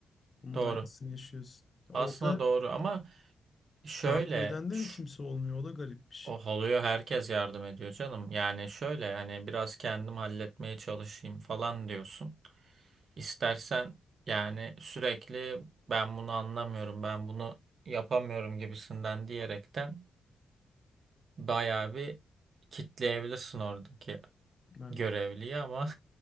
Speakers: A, on the left; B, on the right.
A: Bunun
B: Doğru.
A: da aynısını yaşıyorsun. Ya
B: Aslında
A: Orada
B: doğru ama Şöyle,
A: yardım eden de
B: şu-
A: mi kimse olmuyor? O da garipmiş.
B: O oluyor herkes yardım ediyor canım. Yani şöyle yani biraz kendim halletmeye çalışayım falan diyorsun. İstersen yani sürekli ben bunu anlamıyorum, ben bunu yapamıyorum gibisinden diyerekten bayağı bir kitleyebilirsin oradaki
A: Ben
B: görevliyi ama